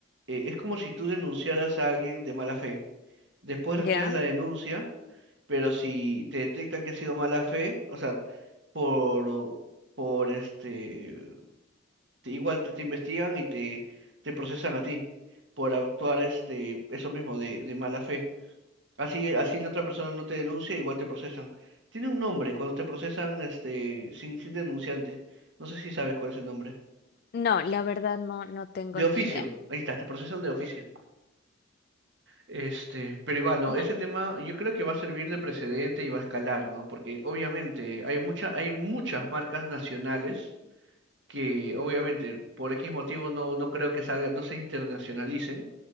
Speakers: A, on the right; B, on the left.
A: eh, es como si tú denunciaras a alguien de mala fe. Después
B: ¿Ya?
A: retiras la denuncia, pero si te detectan que ha sido mala fe, o sea, por, por este, te- igual te, te investigan y te, te procesan a ti por actuar este, eso mismo de, de mala fe. Así, así la otra persona no te denuncia, igual te procesan. Tiene un nombre cuando te procesan este, sin, sin denunciante. No sé si sabes cuál es el nombre.
B: No, la verdad no, no tengo
A: De
B: ni
A: oficio,
B: idea.
A: ahí está, te procesan de oficio. Este, pero igual, no,
B: No.
A: ese tema yo creo que va a servir de precedente y va a escalar, ¿no? Porque obviamente hay mucha, hay muchas marcas nacionales que obviamente por X motivo no, no creo que salgan, no se internacionalicen